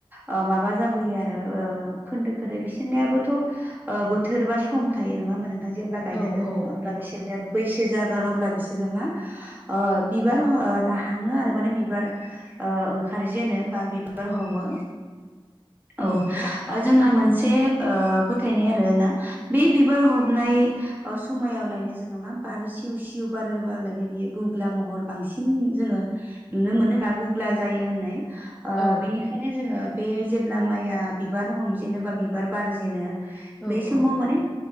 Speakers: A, on the right; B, in the centre.
A: ओ माबा जाबोयो आरो खोन्दो खोन्दो बिसोरनियाबोथ' बोथोर बा सम थायो नङा होमबा नोंथां जेब्ला गायना
B: औ
A: दोनगोन
B: औ
A: अब्ला
B: नंगौ
A: बिसोर बैसो जागोन अब्ला बिसोरो मा बिबार लाहाङो आरो माने बिबार ओंखार जेनो बा बिबार हमो
B: औ
A: औ
B: नंगौ
A: जोंना मोनसे फोथायनाय आरो ना बे बिबार हमनाय अ समायावलायनो जोङो मा बार सिउ सिउ बारोबारलायनो बियो गुग्ला महर बांसिन जोङो नुनो मोनो बा गुबुब्ला जायो होननाय
B: औ
A: बेनिखायनो ओंखायनो जोङो बे जेब्ला माइआ बिबार हमजेनो बा बिबार बारजेनो
B: औ
A: बेै समाव
B: औ
A: माने